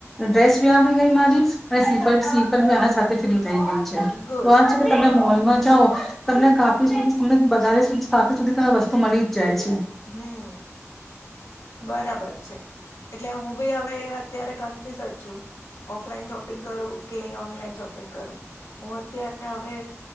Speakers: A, in the centre; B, on the left.
A: ડ્રેસ આપડી ગઈ મારી અનેી પરી આ સાથે ફ થઈ ગઈ છે
B: ગુડ.
A: તો આ છે કે તમે મોલમાં જ જાઓ તમને કાફી સુધી તમને વધારે કાફી સુધી તમને વસ્તુ મળી જ જાય છે
B: હમ બરાબર છે એટલે હું ભી હવે અત્યારે કન્ફ્યુઝ જ છુ ઓફ લઈન શાપિંગ કરું કે ઓનલાઈન શોપિંગ કરું હું અત્યારે હવે